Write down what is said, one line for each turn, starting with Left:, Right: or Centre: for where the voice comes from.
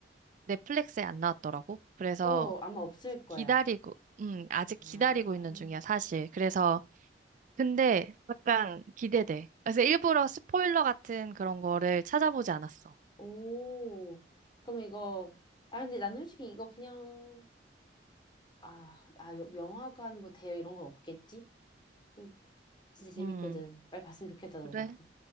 Right: 넷플릭스에 안 나왔더라고. 그래서
Left: 어, 아마 없을 거야.
Right: 기다리고, 음, 아직
Left: 아.
Right: 기다리고 있는 중이야, 사실. 그래서, 근데 약간 기대돼. 그래서 일부러 스포일러 같은 그런 거를 찾아보지 않았어.
Left: 오, 그럼 이거, 아, 근데 난 솔직히 이거 그냥, 아, 아, 여- 영화관 뭐 대여 이런 건 없겠지? 이거 진짜 재밌거든.
Right: 음,
Left: 빨리 봤으면 좋겠다, 너가.
Right: 그래?
Left: <laughs>